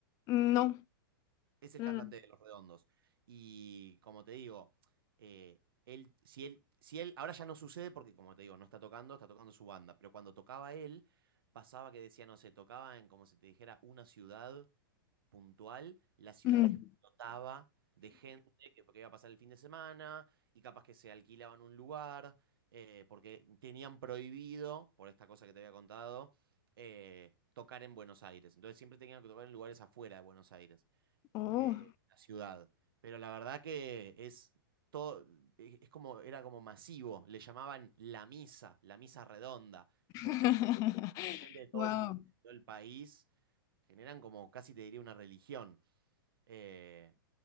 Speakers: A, on the left (about 30°); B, on the right (about 75°).
A: No.
B: es el
A: No,
B: cantante
A: no.
B: de Los Redondos. Y como te digo, eh, él, si él, si él, ahora ya no sucede porque, como te digo, no está tocando, está tocando su banda, pero cuando tocaba él, pasaba que decía, no sé, tocaba en, como si te dijera, una ciudad puntual, la ciudad
A: ujú.
B: explotaba de gente que, porque iba a pasar el fin de semana y capaz que se alquilaban un lugar, eh, porque tenían prohibido, por esta cosa que te había contado, eh, tocar en Buenos Aires. Entonces siempre tenían que tocar en lugares afuera de Buenos Aires
A: Oh.
B: eh, la ciudad. Pero la verdad que es todo, e- es como, era como masivo. Le llamaban la misa, la misa redonda,
A: <laughs>
B: porque la gente de todo
A: Wow.
B: el, mu- todo el país generan como casi te diría una religión. Eh,